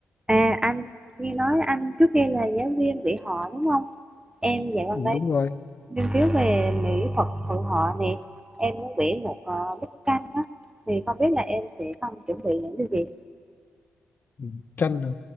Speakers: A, on the right (about 15°); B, on the left (about 45°).
A: À anh nghe nói anh trước kia là giáo viên dạy họ đúng không? Em dạo gần
B: Ừ,
A: đây
B: đúng rồi
A: nghiên cứu về mỹ thuật hội họ nè. Em muốn vẽ một ờ, bức tranh á thì không biết là em sẽ cần chuẩn bị những điều gì?
B: Ừ, tranh à.